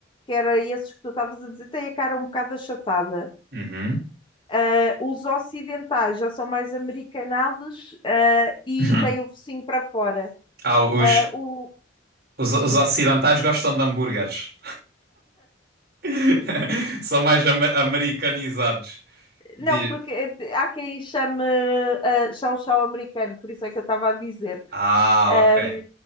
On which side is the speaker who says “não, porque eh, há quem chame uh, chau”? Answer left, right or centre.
Left